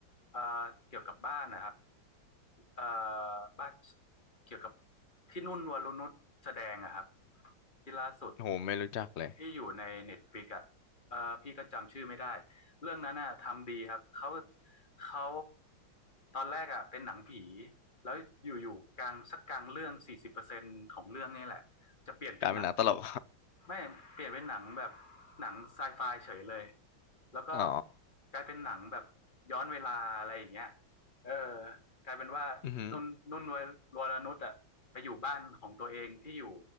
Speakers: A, on the left (about 25°); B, on the left (about 85°).
A: เอ่อเกี่ยวกับบ้านนะครับเอ่อบ้านเกี่ยวกับที่นุ่นวรนุชแสดงอะครับที่ล่าสุด
B: โหไม่รู้จักเลย
A: ที่อยู่ในเน็ตฟลิกอ่ะเออพี่ก็จำชื่อไม่ได้เรื่องนั้นอ่ะทำดีครับเขาเขาตอนแรกอ่ะเป็นหนังผีแล้วอยู่ๆกลางสักกลางเรื่องสี่สิบเปอร์เซ็นต์ของเรื่องนี่แหละจะเปลี่ยนเป็นหนังที่
B: กลายเป็นหนังตลก
A: ไม่เปลี่ยนเป็นหนังแบบหนังไซไฟเฉยเลยแล้วก็
B: <laughs> อ๋อ
A: กลายเป็นหนังแบบย้อนเวลาอะไรอย่างเงี้ยเออกลายเป็นว่านุ่นนุ่นวรนุชอ่ะไปอยู่บ้านของตัวเองที่อยู่
B: อือหือ